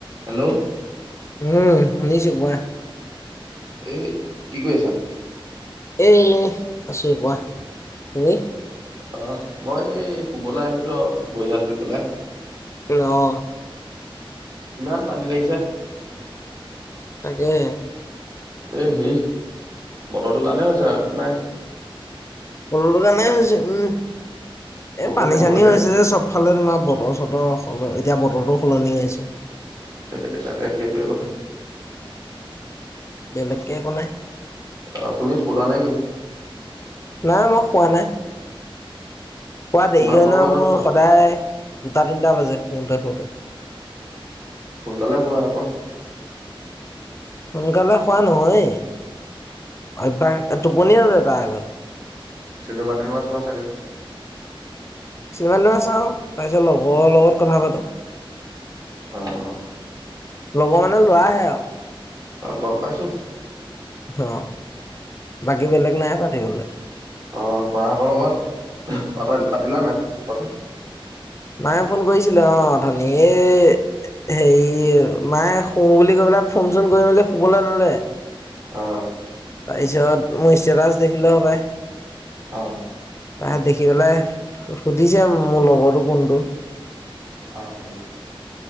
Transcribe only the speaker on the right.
Hello
এ, কি কৰি আছা।
আহ, মই এই শুবলে আহিছো আও ভৰি হাত ধুই পেলাই।
ইমান পানী লাগিছে।
এ, হেৰি বতৰটো কাৰণে হৈছে একো নাই।
ঔষধ
খাবলৈকে
আছে
এ তাকে সেইটোৱে কথা।
অ তুমি কোলা নে কি?
কিমান
সময়
মানত
শুৱা?
সোনকালে শুবা আকৌ।
চিনেমা-টিনেমা ছোৱা চাগে।
অ অ।
অ গম পাইছো
অ মাহঁতৰ লগত পাতাল পাতিলা নাই কথা?
অ।
অ
অ উম।